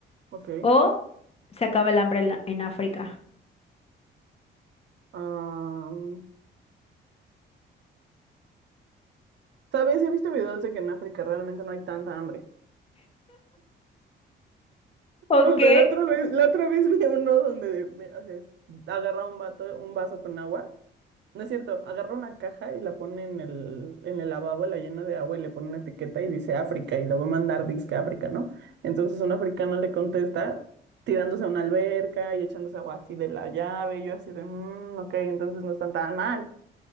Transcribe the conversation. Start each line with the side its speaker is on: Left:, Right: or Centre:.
Right: Ok.
Left: O se acaba el hambre en, la- en África.
Right: am, ¿sabes? He visto videos de que en África realmente no hay tanta hambre.
Left: Ok.
Right: O sea, la otra vez, la otra vez <laughs> vi uno donde ve- o sea, es- agarra un vato, un vaso con agua. No es cierto, agarra una caja y la pone en el, en el lavabo, la llena de agua y le pone una etiqueta y dice África y lo va a mandar disque a África, ¿no? Entonces un africano le contesta tirándose a una alberca y echándose agua así de la llave. Y yo así de, "Mm, ok, entonces no están tan mal.